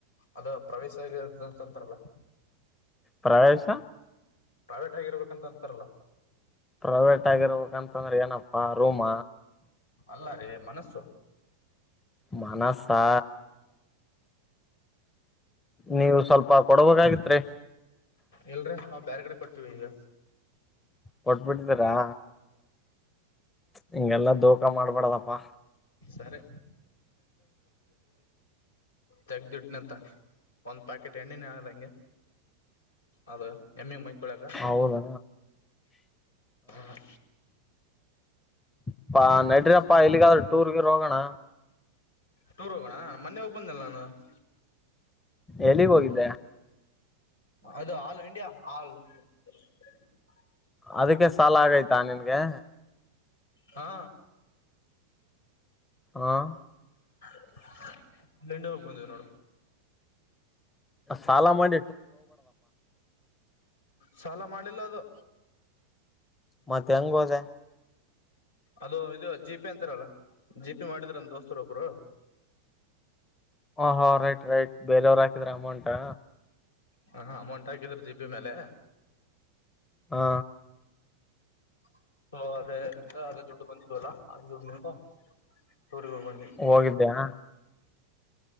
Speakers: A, on the left; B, on the left.
A: ಅದ ಪ್ರವೇಶ ಆಗಿದಂತಂತಲ್ಲ
B: ಪ್ರವೇಶ
A: ಪ್ರೈವೇಟ್ ಆಗಿರ್ಬೇಕಂತ ಅಂತಾರಲ್ಲ
B: ಪ್ರೈವೇಟ್ ಆಗಿರ್ಬೇಕಂತಂದ್ರೆ ಏನಪ್ಪಾ ರೂಮ
A: ಅಲ್ಲ ರೀ ಮನಸ್ಸು
B: ಮಾನಸ್ ಹಾ ನೀವು ಸ್ವಲ್ಪ ಕೊಡಬಾಗಿತ್ರಿ
A: ಇಲ್ರ ನಾವು ಬೇರೆ ಕಡೆ ಕೊಡ್ತೀವಿ ಇಗ
B: ಹೊಟ್ಬಿಟ್ಟತಾರಾ ಹೀಗೆಲ್ಲ ದೋಖಾ ಮಾಡ್ಬಡ್ದಪ್ಪಾ
A: ಸರಿ ತೆಗ ದುಡ್ನಂತ ಒಂದ್ ಪ್ಯಾಕೆಟ್ ಎಣ್ಣೆನ ಹ ಗೆ ಅದ ಎಮ್ಮಿ ಮೈಕೊಳಕ
B: ಹೌದಾ
A: ಹ
B: ಅಪ್ಪಾ ನಡರಪ್ಪಾ ಯಲ್ಲಿಗಾದ್ರೂ ಟೂರ್ ಗಿರ್ ಹೋಗೋಣ
A: ಟೂರ್ ಹೋಗೋಣ ಮೊನ್ನೆ ಹೋಗ್ ಬಂದಲ್ಲ ನಾನು ಹ್ಮ
B: ಎಲ್ಲಿಗ್ ಹೋಗಿದ್ದೆ
A: ಅದು ಹಾಲು ಇಂಡಿಯಾ ಹಾಲು <unintelligible> <unintelligible>
B: ಅದಕ್ಕೆ ಸಾಲ ಆಗೈತಾ ನಿನ್ಗೆ
A: ಹಾ
B: ಹ <unintelligible>
A: <unintelligible> ಹೋಗಿ ಬಂದವು ನೋಡು
B: ಸಾಲ ಮಾಡ
A: ಸಾಲ ಮಾಡಿಲ್ಲ ಅದು
B: ಮತ್ತೆ ಹೆಂಗ್ ಹೋದೆ
A: ಅದು ಇದು ಜಿಪೆ ಅಂತಾರಲ್ಲ ಜಿಪೆ ಮಾಡಿದ್ರ ನಮ್ಮ ದೋಸ್ತರ ಒಬ್ರು
B: ಹ ಹಾ ರೈಟ್ ರೈಟ್ ಬೇರೆಯವರು ಹಾಕಿದ್ರ ಅಮೌಂಟಾ
A: ಹ ಹಾ ಅಮೌಂಟ್ ಹಾಕಿದರು ಜಿಬಿ ಮೇಲೆ
B: ಹಾ
A: <unintelligible> ಹ ಅದೇ ನಿ ಅದೇ ದುಡ್ಡು ಬಂದಿದ್ದು ಅಲ್ಲ ಅದುಡ್ ನಿಮಗು ಊರ್ಗೆ ಹೋಗೊಂಡಿ <inaudible>
B: ಹೋಗಿದ್ದ್ಯಾ